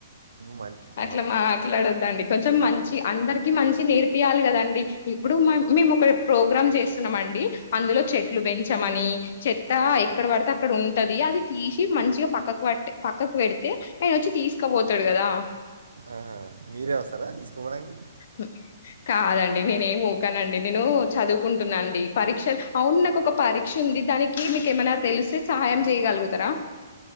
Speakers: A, on the right; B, on the left.
A: మం-
B: అట్లా
A: ఆహా.
B: మా మాట్లాడొద్దండి కొంచెం మంచి అందరికి మంచి నేర్పియాలి కదండి ఇప్పుడు మేము ఒక ప్రోగ్రామ్ చేస్తున్నామ అండి అందులో చెట్లు పెంచమని చెత్త ఎక్కడ పడితే అక్కడ ఉంటది అది తీసి మంచిగా పక్కకు పె పక్కకు పెడితే ఆయన వచ్చి తీసుకపోతాడు కదా
A: ఆహా. మీరే వస్తారా తీసుకపోవడానికి
B: హ కాదండి నేనే ఏం ఊకానండి నేను చదువుకుంటున్నా అండి. పరీక్షలు అవును నాకొక పరీక్ష ఉంది దానికి మీకు ఏమైనా తెలిస్తే సహాయం చేయగలుగుతరా?